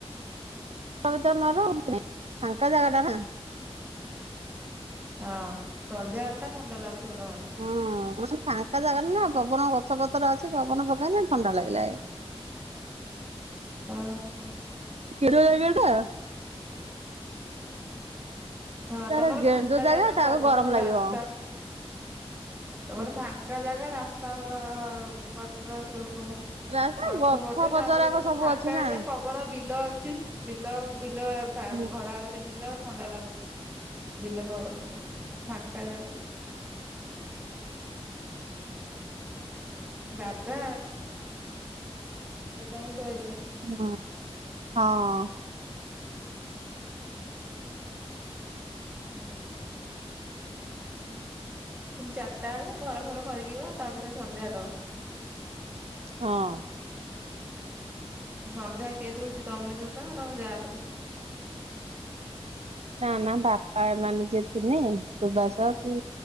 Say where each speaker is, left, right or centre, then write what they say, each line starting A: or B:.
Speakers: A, on the right; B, on the right.
A: ମାନେ ତୋର ନରହନ୍ତି ନା ଫାଙ୍କା ଜାଗାଟା ନା।
B: ହଁ ସନ୍ଧ୍ୟାବେଳଟା ଥଣ୍ଡା ଲାଗୁଥୁବ ତମର।
A: ହଁ ମାନେ ଫାଙ୍କା ଜାଗାରେ ନା ପବନ ଗଛ ପତର ଅଛି ପବନ ପକେଇନେ ଥଣ୍ଡା ଲାଗିଲା ଏଇଆ।
B: ଓହୋ।
A: କିଣିବେ ଜାଗାଟା?
B: ହଁ
A: ତାର
B: ତମର
A: ଗେଞ୍ଜ
B: ଫାଙ୍କା ଜାଗା
A: ତାକୁ
B: ପବନ
A: ଗରମ
B: ରାସ୍ତା
A: ଲାଗିବ
B: ତମର
A: ହୁଁ
B: ଫାଙ୍କ୍ ଙ୍କା ଜାଗା ରାସ୍ତା କଡର ସବୁ
A: ରାସ୍ତା
B: ଗଛ ଫଛ
A: ପଚରାକ
B: ତାପରେ ତମର
A: ସବୁ
B: ଫାଙ୍କା
A: ଅଛି ନା
B: ଏରିଆ ପ ପ୍ରବଳ ବିଲ ଅଛି ବିଲ ବିଲ ପା
A: ହୁଁ
B: ଘର ଆଗରେ ବିଲ ଥଣ୍ଡା ଲାଗୁଥୁବ। ବିଲ ପବନ ବାଜଥୁବ ଫାଙ୍କା ଜାଗା। ଦାଦା ଦୋକାନକୁ ପଳେଇଲେ।
A: ହଁ ହଁ।
B: ଆଉ
A: ହୁଁ।
B: ତୁମ ଚାରଟା ବେଳେ ଘର ଫର ଖରିିକିବ ତାପରେ ସନ୍ଧ୍ୟା ଦବ।
A: ହଁ।
B: ସନ୍ଧ୍ୟା କିଏ ଦୋଉଚି ତମେ ଦୋଉଚ ନା ତମେ ଯାଆ ଦୋଉ
A: ନା-ନା ବାପା ଏମାନେ ଯିଏ ଥିନେ, ସୁବାସ କି